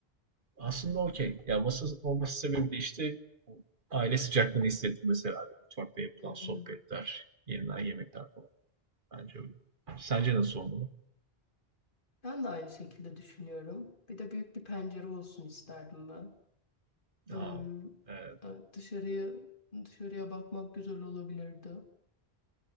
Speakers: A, on the right; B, on the left.
A: Aslında okey. Ya masa olması sebebi de işte o aile sıcaklığını hissettirmesi herhalde. Mutfakta yapılan
B: Hı hı.
A: sohbetler, yenilen yemekler falan. Bence öyle. Sence nasıl olmalı?
B: Ben de aynı şekilde düşünüyorum. Bir de büyük bir pencere olsun isterdim ben. Hmm,
A: Aa, evet,
B: evet, dışarıya dışarıya bakmak güzel olabilirdi.